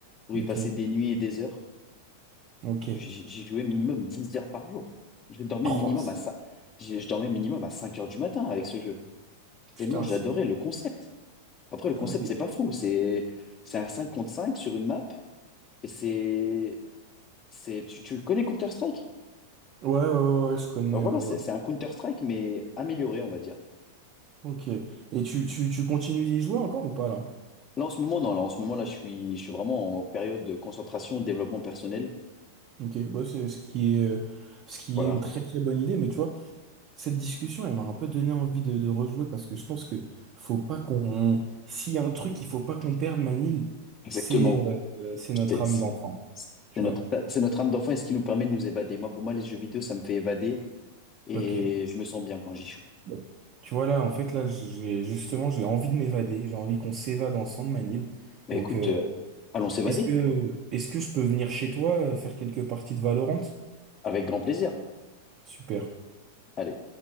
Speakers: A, on the left; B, on the right.
A: pour
B: ok,
A: y passer des nuits et des heures.
B: ok.
A: J'y j'y jouais minimum 10 heures par jour. Je dormais
B: Oh,
A: minimum
B: c'est...
A: à 5, je dormais minimum à 5 heures du matin avec ce jeu.
B: Putain,
A: Tellement j'adorais
B: c'est...
A: le concept. Après, le
B: T'as
A: concept,
B: fait-
A: c'est pas fou. C'est, c'est un 5 contre 5 sur une map. Et c'est, c'est, tu, tu le connais Counter-Strike?
B: Ouais, ouais, ouais, ouais, je connais,
A: Bah voilà,
B: ouais, ouais.
A: c'est c'est un Counter-Strike, mais amélioré, on va dire.
B: Ok. Et tu, tu, tu continues d'y jouer encore ou pas là?
A: Là, en ce moment, non, là, en ce moment, là, je suis, je suis vraiment en période de concentration, développement personnel.
B: Ok, bah, c'est ce qui est, euh, ce qui
A: Voilà,
B: est une très très bonne idée, mais tu vois, cette discussion, elle m'a un peu donné envie de, de rejouer parce que je pense que faut pas qu'on. S'il y a un truc qu'il faut pas qu'on perde, Manil,
A: exactement.
B: c'est euh, c'est notre
A: C'est
B: âme
A: c'est-
B: d'enfant, tu
A: c'est notre,
B: vois.
A: c'est notre âme d'enfant et ce qui nous permet de nous évader. Moi, pour moi, les jeux vidéo, ça me fait évader et
B: Ok.
A: je me sens bien quand j'y joue.
B: Bon. Tu vois là, en fait, là, j'ai justement, j'ai envie de m'évader, j'ai envie qu'on s'évade ensemble, Manil.
A: Bah
B: Donc,
A: écoute,
B: euh,
A: euh, allons s'évader
B: Est-ce que, est-ce que je peux venir chez toi euh, faire quelques parties de Valorant?
A: avec grand plaisir.
B: Super.
A: Allez.